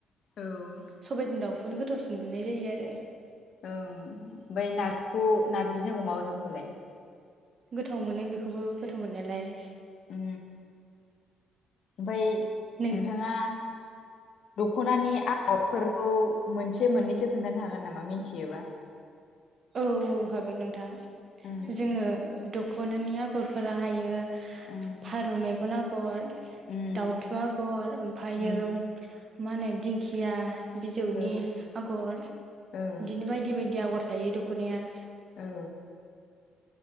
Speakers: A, on the left; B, on the right.
A: औ ओं
B: सबायजों दाउखौनो गोथाव मोननाय जायो आरो।
A: ओं ओमफाय नारजिखौ नारजिजों अमाजोंखौलाय।
B: गोथाव मोनो बेखौबो गोथाव मोननायालाय।
A: उम ओमफाय
B: नों
A: नोंथाङा दख'नानि आगरफोरखौ मोनसे मोननैसो खोन्थानो हागोन नामा मिनथियोबा।
B: औ औ हागोन नोंथां।
A: उम
B: जोङो दख'नानि आगरफोरा हायो
A: उम
B: फारौ मेगन आगर
A: उम
B: दाउथु आगर ओमफायो
A: उम
B: मा होनो दिंखिया बिजौनि
A: औ
B: आगर
A: ओं
B: इदिनो बायदि बायदि आगर थायो दख'नाया।
A: औ